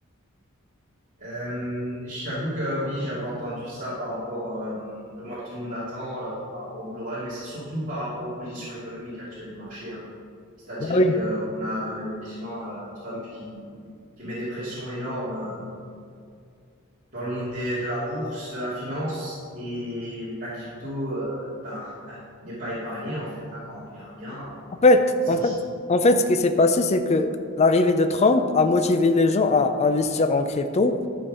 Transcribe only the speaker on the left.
Ah oui.
En fait,
en fait, en fait, ce qui s'est passé, c'est que l'arrivée de Trump a motivé les gens à investir en crypto.